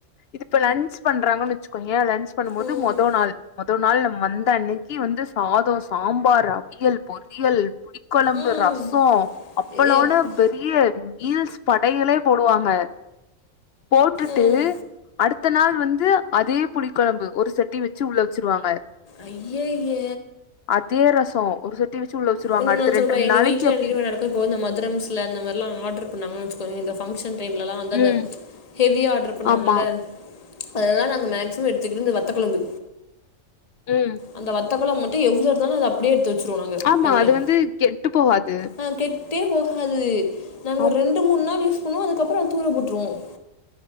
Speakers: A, on the left; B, on the left.
A: இது இப்ப லன்ச் பண்றாங்கன் வச்சுக்கோயே லன் <unintelligible> பண்ணூ போது
B: ம்
A: மொதோ நாள் மொதோ நாள் நம்ம வந்த அன்னைக் கி வந்து சாத சாம்பார் அவியல் பொரியல் புடி கொழம்பு
B: ம்
A: ரசசோ அப்பளோனு
B: ஏ அப்பா
A: பெரிய மீல்ஸ் படயலே போடுவாங்க போட்டுட்டு
B: ம்
A: அடுத் த்த நாள் வந்து அதே புளி கொழம்பு ஒரு சட்டி வச்சு உள்ள வச்சுருவாங்க
B: ஐய்யய
A: அதே ரசோ ஒரு சட்டி வச்சு உள்ள வச்சருவாங்க
B: ஒன்னு
A: அடுத்த
B: நான் சொல்லுவா
A: ரெண்ட் ரெண்டு
B: எங்க
A: நாளக்கி
B: வீட்ல
A: அப்டி
B: என்ன தெரியுமா நடக்கும் இப்போ இந்த மதுரம்ஸ்ல இந்த மாரிலா ஆடர் பண்ணாங்க வச்சுக்கோங்க இந்தபங்க்ஷன் டைம்லலா அந்த அந்த
A: ம்
B: ஹெவியா ஆடர் பண்ணுவாங்கல்ல
A: ஆமா
B: அதெல்லா நாங்க மேக்சிம எடுத்துக்கிட்டு இந்த வத்த கொழம்பு
A: ம்
B: அந்த வத்தக்களம் மட்டூ எவ்வளோ இருந்தாலூ அத அப்டியே எடுத்து வச்சருவோ நாங்க
A: ஆமா
B: தனியாக
A: அது வந்து கெட்டு போகாது
B: ஆ கேட் கெட்டே போகாது நாங்கள்
A: ஆம்
B: ஒரு ரெண்டு மூணு நாள் யூஸ் பண்ணுவோ அதுக்கப்புறோ தூர போட்டுறுவோம்